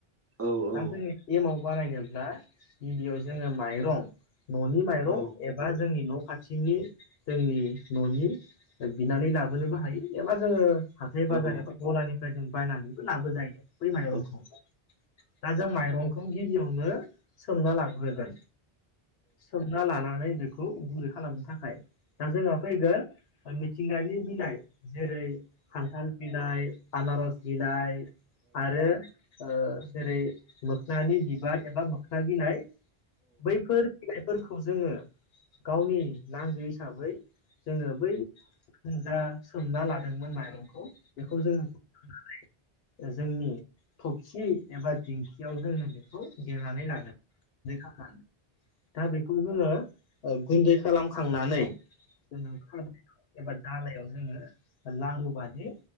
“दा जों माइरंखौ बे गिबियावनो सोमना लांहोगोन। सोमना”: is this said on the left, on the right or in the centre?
Left